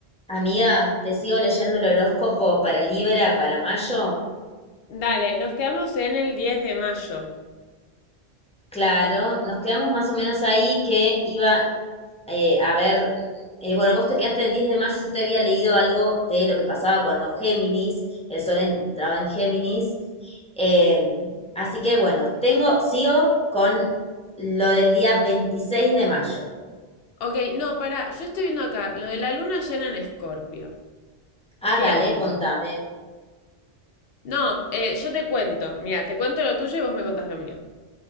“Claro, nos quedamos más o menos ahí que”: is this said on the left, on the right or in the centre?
Centre